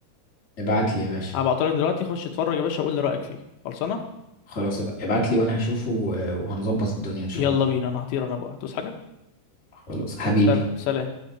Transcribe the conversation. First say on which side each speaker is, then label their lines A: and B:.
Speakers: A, on the left; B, on the left.
A: ابعت لي يا باشا
B: هبعته لك دلوقتي خش اتفرج يا باشا وقول لي رأيك فيه خلصانة
A: خلاص ابعت لي وانا هشوفه آه، وهنظبط الدنيا ان شاء
B: يلا
A: الله
B: بينا انا هطير انا بقى هتوس حاجة
A: خلاص حبيبي
B: سلام سلام